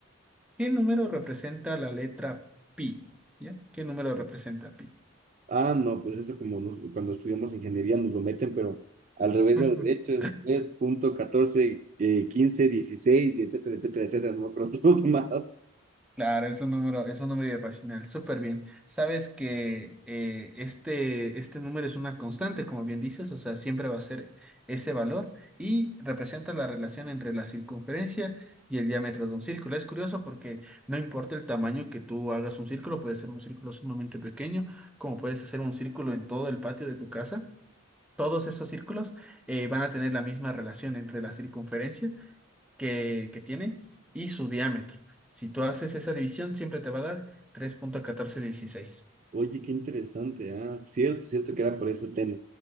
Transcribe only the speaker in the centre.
¿qué número representa la letra pi? ¿Ya? ¿Qué número representa pi?
<laughs>
Claro, es un número, es un número irracional, súper bien. Sabes que eh, este, este número es una constante, como bien dices, o sea, siempre va a ser ese valor y representa la relación entre la circunferencia y el diámetro de un círculo. Es curioso porque no importa el tamaño que tú hagas un círculo, puede ser un círculo sumamente pequeño, como puedes hacer un círculo en todo el patio de tu casa. Todos esos círculos eh, van a tener la misma relación entre la circunferencia que, que tiene y su diámetro. Si tú haces esa división, siempre te va a dar tres punto catorce dieciséis.